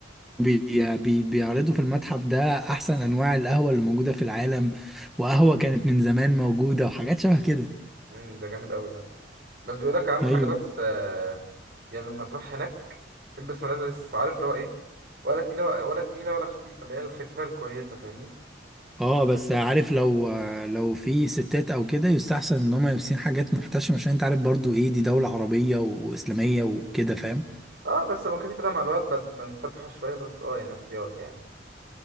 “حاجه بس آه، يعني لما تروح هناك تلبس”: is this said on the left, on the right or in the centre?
Right